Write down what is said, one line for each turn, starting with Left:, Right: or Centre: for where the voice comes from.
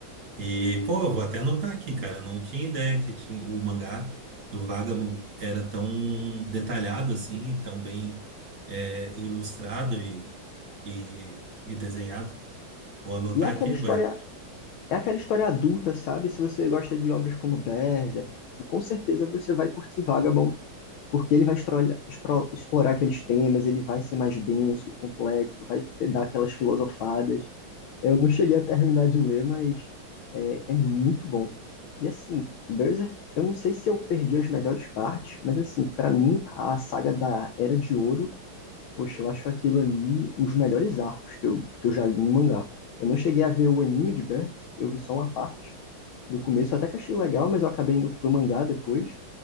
Right: E, pô, eu vou até anotar aqui, cara. Eu não tinha ideia que tinha, o mangá do Vagabond era tão detalhado assim, tão bem é, ilustrado e, e, e desenhado. Vou anotar
Left: E é aquela
Right: aqui,
Left: história,
Right: vai.
Left: é aquela história adulta, sabe? Se você gosta de obras como Berserk, tipo, com certeza você vai curtir Vagabond. porque ele vai estrolha- espro- explorar aqueles temas, ele vai ser mais denso, complexo, vai ter- dar aquelas filosofadas. Eu não cheguei a terminar de ler, mas é, é muito bom. E assim, Berserk, eu não sei se eu perdi as melhores partes, mas assim, pra mim, a saga da Era de Ouro, poxa, eu acho aquilo ali um dos melhores arcos que eu, que eu já li em mangá. Eu não cheguei a ver o anime de Berserk, eu vi só uma parte. No começo eu até que achei legal, mas eu acabei indo pro mangá depois.